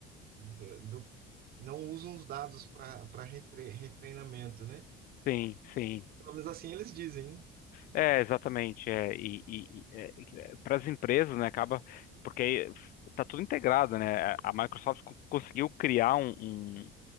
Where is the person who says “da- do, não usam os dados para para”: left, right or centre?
Right